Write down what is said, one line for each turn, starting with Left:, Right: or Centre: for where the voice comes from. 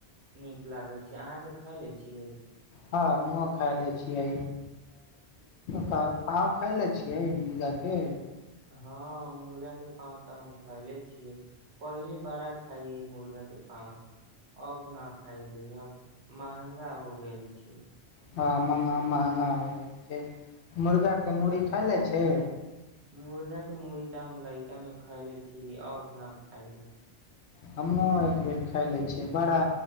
Right: नीक लागै छै अहाँके खाय ले छियै।
Left: हँ हमहो खाय ले छियै प खाय ले छियै मुर्गा के
Right: हँ मुर्गा दे पउतमक खैले छियै पहिले बारा खाइय मुर्गा के पांउ अब न खायले अब महंगा हो गेल छै
Left: हँ म् म महगा होय गेल छै। मुर्गा के मूड़ी खाय ले छै।
Right: मुर्गाे मुरी तऽ हम लड़का मे खैले छी अब न खायली
Left: हमहुँ एक बेर खाय ले छियै बड़ा